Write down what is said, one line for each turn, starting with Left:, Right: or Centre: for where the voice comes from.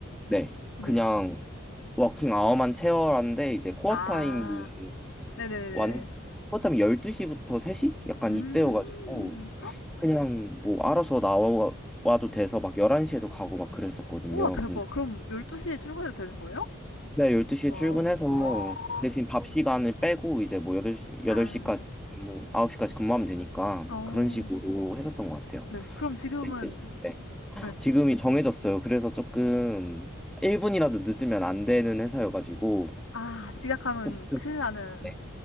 Centre: 네,
Left: 네.
Centre: 그냥 워킹 아워만 채워라는데 이제 코어
Left: 아,
Centre: 타임이
Left: 네네네네.
Centre: 완, 코어 타임이 12시부터 3시? 약간
Left: 음.
Centre: 이때여가지고 그냥 뭐 알아서 나와 와도 돼서 막 11시에도 가고 막 그랬었거든요.
Left: 우와, 대박.
Centre: 근데
Left: 그럼 12시에 출근해도 되는 거예요?
Centre: 네, 12시에
Left: 어.
Centre: 출근해서
Left: <gasps>
Centre: 대신 밥 시간을 빼고 이제 뭐 8시 여덟
Left: 아,
Centre: 시까지 근무 9시까지 근무하면 되니까
Left: 어.
Centre: 그런 식으로 했었던 것 같아요.
Left: 네. 그럼 지금은,
Centre: 네, 네, 네.
Left: 네.
Centre: 지금이 정해졌어요. 그래서 조금 1분이라도 늦으면 안 되는 회사여가지고
Left: 아, 지각하면
Centre: 조금
Left: 큰일 나는
Centre: 네,